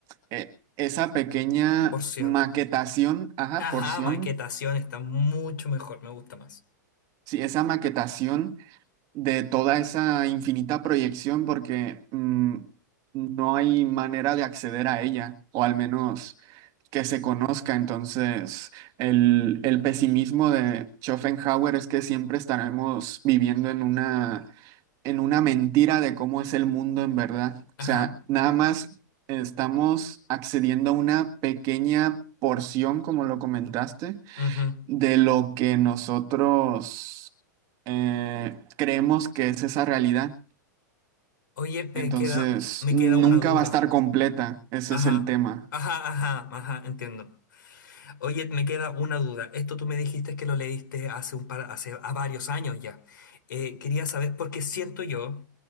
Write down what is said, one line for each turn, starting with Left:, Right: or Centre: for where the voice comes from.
Right: e- esa pequeña
Left: Porción.
Right: maquetación, ajá,
Left: Ajá,
Right: porción,
Left: maquetación está mucho mejor, me gusta más.
Right: sí, esa maquetación de toda esa infinita proyección porque mm, no hay manera de acceder a ella, o al menos que se conozca. Entonces, el, el pesimismo de Schopenhauer es que siempre estaremos viviendo en una, en una mentira de cómo es el mundo en verdad. O
Left: Ajá.
Right: sea, nada más estamos accediendo a una pequeña porción, como lo comentaste
Left: ujú.
Right: de lo que nosotros eh, creemos que es esa realidad.
Left: Oye, me
Right: Entonces,
Left: queda, me
Right: nunca
Left: queda una duda.
Right: va a estar completa, ese
Left: Ajá.
Right: es el tema.
Left: Ajá, ajá, ajá, entiendo. Oye, me queda una duda. Esto tú me dijiste que lo leíste hace un par, hace a varios años ya. Eh, quería saber porque siento yo